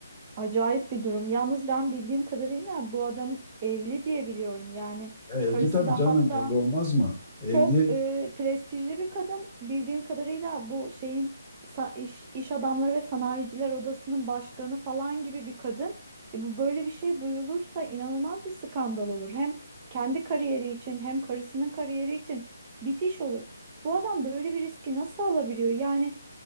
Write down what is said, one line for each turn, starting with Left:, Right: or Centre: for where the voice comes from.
Right: Acayip bir durum. Yalnız ben bildiğim kadarıyla bu adam evli diye biliyorum. Yani
Centre: E, evli
Right: karısı
Centre: tabii
Right: da
Centre: canım,
Right: hatta
Centre: evli olmaz mı? Evli.
Right: çok e, prestijli bir kadın. Bildiğim kadarıyla bu şeyin sa- iş, iş adamları ve sanayiciler odasının başkanı falan gibi bir kadın. E, bu böyle bir şey duyulursa inanılmaz bir skandal olur. Hem kendi kariyeri için hem karısının kariyeri için bitiş olur. Bu adam böyle bir riski nasıl alabiliyor? Yani